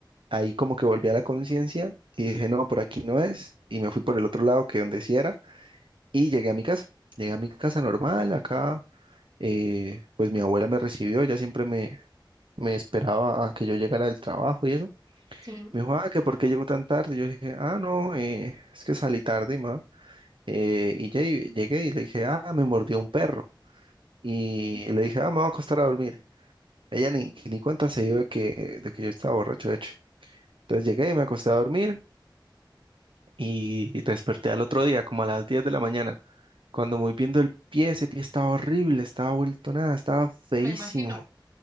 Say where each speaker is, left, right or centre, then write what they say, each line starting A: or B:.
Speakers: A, on the right; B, on the right.
A: ahí como que volví a la conciencia y dije, no, por aquí no es, y me fui por el otro lado que donde sí era, y llegué a mi casa, llegué a mi casa normal, acá, eh, pues mi abuela me recibió, ella siempre me, me esperaba a que yo llegara del trabajo y eso.
B: Sí,
A: Me dijo, ah, que por qué llegó tan tarde. Yo dije, ah, no, eh, es que salí tarde, ma. Eh, y llegué, llegué y le dije, ah, me mordió un perro. Y le dije, ah, me voy a acostar a dormir. Ella ni, ni cuenta se dio de que, de que yo estaba borracho, de hecho. Entonces llegué y me acosté a dormir y desperté al otro día, como a las 10 de la mañana. Cuando voy viendo el pie, ese pie estaba horrible, estaba vuelto nada, estaba feísimo.
B: me imagino.